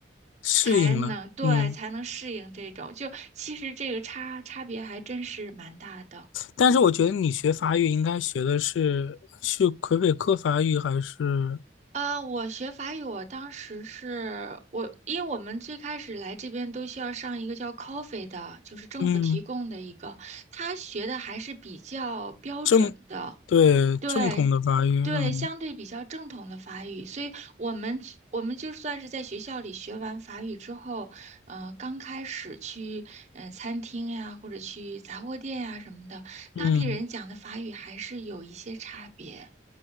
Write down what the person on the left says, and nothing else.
适应了，
嗯，
但是我觉得你学法语应该学的是是魁北克法语还是
嗯
正对正统的法语，
嗯
嗯